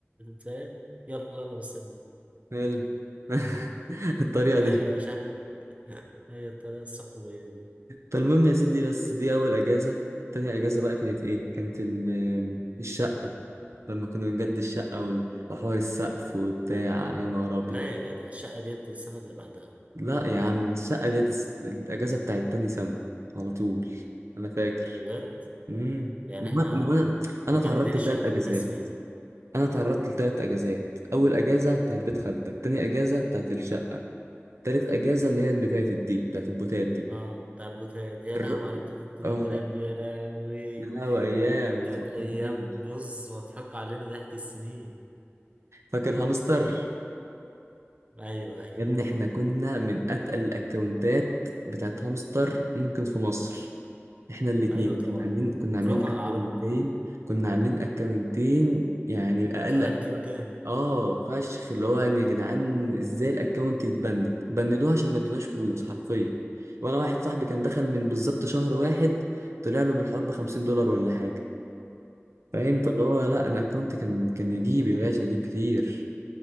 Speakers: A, on the right; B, on the right.
A: فاهم يلا يلا بس يلا
B: ال- <laughs> الطريقة
A: ايوه
B: دي
A: يا شحن هي الطريقة الصحوبية دي
B: فالمهم يا سيدي بس دي أول أجازة تاني أجازة بقى كانت إيه؟ كانت ال- الشقة لما كنا بنجدد الشقة وال- وحوار السقف وبتاع يا نهار أبيض
A: لا يا جدع الشقة ديت السنة اللي بعدها
B: لا يا عم الشقة ديت الس- الأجازة بتاعت تاني سنة على طول أنا فاكر
A: بجد
B: امم
A: يعني
B: ما
A: احنا
B: هو- ما
A: مجد-
B: هو أنا أنا
A: مجددين
B: اتعرضت
A: الشقة
B: لتلات
A: بقالنا
B: أجازات
A: ثلاث سنين
B: أنا اتعرضت لتلات أجازات أول أجازة بتاعت بيت خالتك تاني أجازة بتاعت الشقة تالت أجازة اللي هي اللي فاتت دي بتاعت البوتات دي
A: اه بتاع البوتات يا
B: الر...
A: لهوي على بتات التليجرام
B: آه
A: دي يا لهوي
B: يا لهوي أيام ما
A: كانت
B: تفكرنيش
A: ايام بص مضحك علينا ضحك السنين
B: فاكر هامستر
A: ايوه ايوه
B: يا ابني احنا كنا من أتقل الأكونتات بتاعت هامستر ممكن في مصر احنا الاتنين
A: ايوه طبعا
B: كنا عاملين كنا عاملين
A: في الوطن
B: اكونتين
A: العربي كله
B: كنا عاملين اكونتين يعني اقل
A: تقال جدا
B: اه فشخ اللي هو يعني يا جدعان ازاي الاكونت يتبند بندوه عشان ما ادوناش فلوس حرفيا وانا واحد صاحبي كان دخل من بالظبط شهر واحد طلع له من الحوار ب 50 دولار ولا حاجه فاهم
A: مم.
B: فاللي هو لا انا اكونت كان كان يجيب يا باشا يجيب كتير